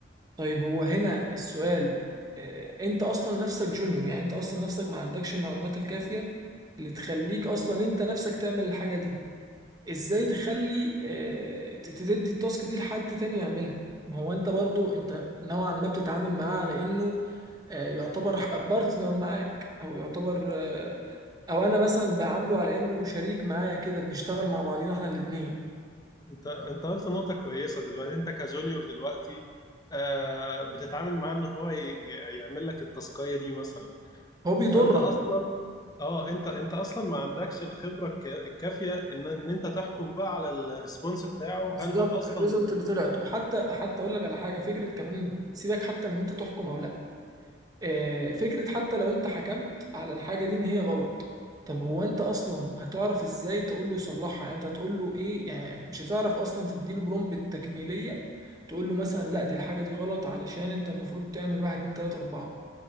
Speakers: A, on the right; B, on the left.
A: طيب هو هنا السؤال آه، انت اصلا نفسك جونيور يعني انت اصلا نفسك ما عندكش المعلومات الكافية اللي تخليك اصلا انت نفسك تعمل الحاجة دي ازاي تخلي آه، ت- تدي التاسك دي لحد تاني يعملها ما هو انت برضو انت نوعا ما بتتعامل معاه على انه آه، يعتبر بارتنر معاك او يعتبر آه، او انا مثلا بعامله على انه شريك معايا كده بنشتغل مع بعضينا احنا الاتنين
B: انت انت قلت نقطة كويسة دلوقتي انت كجونيور دلوقتي آه بتتعامل معاه ان هو ي- ي- يعمل لك التاسكية دي مثلا
A: هو بيضرك
B: فانت اصلا اه انت انت اصلا ما عندكش الخبرة الك- الكافية ان ان انت تحكم بقى على الريسبونس بتاعه
A: بالظبط
B: هل هو اصلا
A: الريزلت اللي طلعت وحتى حتى اقول لك على حاجه فكره كمان سيبك حتى من انت تحكم او لا آه، فكره حتى لو انت حكمت على الحاجه دي ان هي غلط طب هو انت اصلا هتعرف ازاي تقول له يصلحها يعني انت هتقول له ايه يعني مش هتعرف اصلا تديله برومبت التكميليه تقول له مثلا لا دي الحاجه دي غلط علشان انت المفروض تعمل واحد اتنين تلاته اربعه